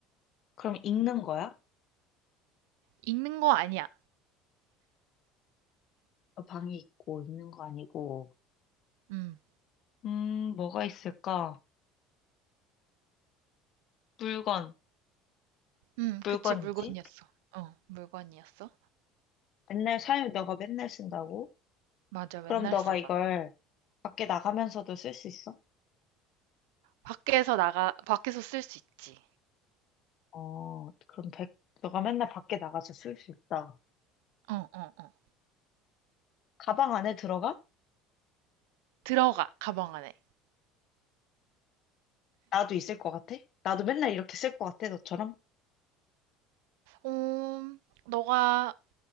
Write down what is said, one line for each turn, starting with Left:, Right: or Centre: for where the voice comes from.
Left: 그럼 읽는 거야?
Right: 읽는 거 아니야.
Left: 어, 방이 있고 읽는 거 아니고.
Right: 음.
Left: 음, 뭐가 있을까? 물건,
Right: 음,
Left: 물건이지?
Right: 그치, 물건이었어. 어, 물건이었어.
Left: 맨날 사용, 너가 맨날 쓴다고?
Right: 맞아,
Left: 그럼
Right: 맨날
Left: 너가
Right: 써,
Left: 이걸
Right: 나.
Left: 밖에 나가면서도 쓸 수 있어?
Right: 밖에서 나가, 밖에서 쓸 수 있지.
Left: 어, 그럼 백, 너가 맨날 밖에 나가서 쓸 수 있다.
Right: 어, 어, 어.
Left: 가방 안에 들어가?
Right: 들어가, 가방 안에.
Left: 나도 있을 것 같아? 나도 맨날 이렇게 쓸 것 같아, 너처럼?
Right: 음, 너가